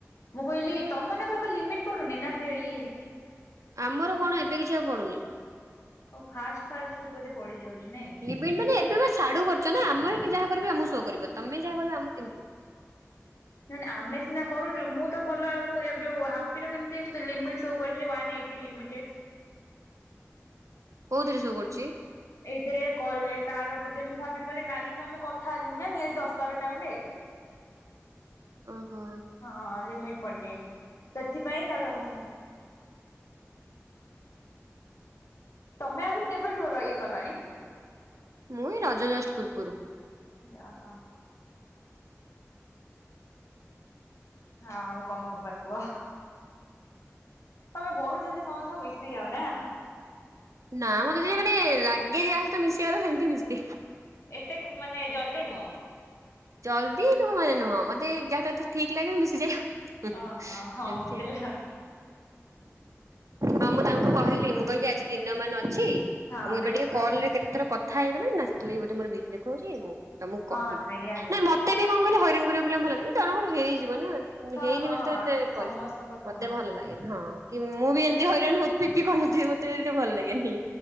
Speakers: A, on the left (about 65°); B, on the right (about 80°).
A: ମୁଁ କହିଲି ତମମାନଙ୍କର ଏକ ଲିମିଟ ପଡୁନି ନା ଇଏ-
B: ଆମର କଣ ଏବେ କିଛିିବାକୁ ପଡ଼ୁନି।
A: ଓଉ ଫାଷ୍ଟ ଫାଷ୍ଟ ଯୋଉ ବୋଧେ ପଡିି ଯାଉଛି ନାଇଁ
B: ଲିମଟ ମାନେ ଏବେ ବା ା <unintelligible> କରୁଛ ନା ଆମର ଯାହା କରିବ ଆମ ସୋ କରିବ ତମେ ଯାହା କରିବ ଆମକୁ କେମତି ସ କରିବ
A: ନାଇଁ ନାଇଁ ଆମେ ସିନା କରୁଛୁ ମୁଁ ତ କଲାବେେଳକୁ ଯୋଉ ହାପି ର କେମିତି ଲିମିଟ୍ ସୋ କରୁଛି ୱାନଏଇଟି ଲିମିଟେ୍ଟ -
B: କୋଉଥିରେ ଶୋ କରୁଛି।
A: ଏଇଥିରେ କଲେ ତାର ବୋଧେ ମୁଁ ଭାବିଲି ବୋଧେ କାଲିଠୁ ଆେ କଥା ହେଲୁ ନା ନିହାତି ଦଶ ବାରଟା ଖଣ୍ଡେ। ଅ <inaudible>
B: ଓହୋ
A: ହଁ ଲିମିଟ ପଡିଯାଇଛି ସେଥିପାଇଁ ଯା ହଉନି। ତମେ ଆଗରେ କେବେଠୁ ଇଏ କଲଣି?
B: ମୁ ଏଇ ରଜ ଜଷ୍ଟ ପୂର୍ବରୁ-
A: ଯାହଁ ହଁ। ହଁ ଆଉ କଣ ଖବର କୁହ? ତମେ ବହୁତ ଜଲ୍ଦି ସମସ୍ତେ ସୁ ମିଶି ଯଅ ନା।
B: ନା ମତେ ଯି ମାନେ ଲାଗେ ଯ ଆସ ମିଶିଗଲା ସେମିତି ମିଶେ।
A: ଏତେ ମାନେ ଜଲ୍ଦି ନୁହଁ।
B: ଜଲଦି ନୁହଁ ଏ ନୁହଁ ମତେ ଯାହା ଟା ଏତେ ଠିକ ଲାଗେ ମୁ ମିଶଯାଏ। କେମତିଆ
A: ଓହୋ ହଁ ମତେ
B: <unintelligible>
A: ଲା
B: ହଁ ମୁଁ ତାଙ୍କୁ କହିଲି ମୁଁ କହିବି ଆଜି ଦିନ ମାନ ଅଛି।
A: ହଁ
B: ଆ ମୁଁ ଏବେ
A: ବ୍ୟସ୍ତ
B: ଟିକେ କଲ ରେ କେତେଥର କଥା ହେଇଗଲିଣି ନା ସେଥିଲାଗି ବୋଧେ ମୋର ବିଜ ଦେଖାଉଉଛି ମୁଁ ତମକୁ
A: ହଁ
B: କହିବି।
A: ସେଇଆ <inaudible>
B: ନାଇଁ ମତେ ବି କହିଲ ହଇରାଣିବ ବୋଲି ଭଲ ଲାଗି ଜଣଙ୍କର ହେଇଯିବ ନା।
A: ହଁ
B: ହେଇନି
A: ହଁ
B: ବୋଲି ତ ଏତେ
A: ଆକ୍ଚୁ
B: ପରି
A: ସମସ୍ତଙ୍କ
B: <unintelligible>
A: ତ
B: ମତେ
A: ହଁ
B: ଭଲ
A: ହଁ।
B: ଲାଗେନ ହଁ କି ମୁଁ ବି ଏମିତି ହଇରାଣ ହଉ ବିକି କରିନି ନ ଥିବ। ଭଲ ଲାଗେନି